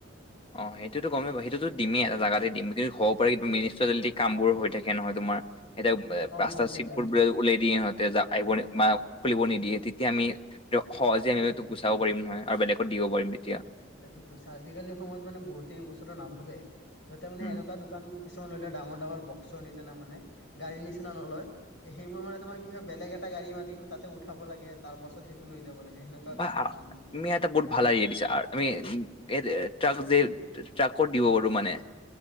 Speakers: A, on the left (about 25°); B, on the left (about 65°).
A: অ' সেইটোতো গমেই পাও সেইটো দিমেই এটা জাগাতে দিম কিন্তু হ'ব পাৰে মিনিষ্টাৰিলেটি কামবোৰ হৈ থাকে নহয় তোমাৰ এতিয়া
B: অ
A: ৰাস্তা
B: হৈ থাকে
A: চিটবোৰ
B: হৈ থাকে
A: ওলাই সিহতে যা আহিব বা খুলিব নিদিয়ে তেতিয়া আমি ত সহজে
B: পটককে
A: আমি সেটো গুচাব
B: কৰে
A: পাৰিম নহয় আৰু বেলেগত দিব পাৰিম তেতিয়া
B: ঠিক কৈছা আজিকালি সময়ত মানে বহুতে এইবস্তুটো নাভাবে যতে মানে
A: উম,
B: এনকা দো কাণ কিছুমান লৈ লয় ডাঙৰ ডাঙৰ বক্সৰ নিচিনা মানে গাড়ী নিচিনা নলয় সেইবোৰ মানে তোমাৰ কি হয় বেলেগ এটা গাড়ী মাতি কিন্তু তাতে উঠাব লাগে তাৰ পাছত সে টো লৈ যাব লাগে সেনেকুৱা
A: বা আ-
B: কাম হৈ যায়
A: তুমি এটা বহুত ভাল আইডিয়া দিছা আ- আমি উ এ ট্ৰাক যে ট্ৰা ট্ৰাকত দিব পাৰো মানে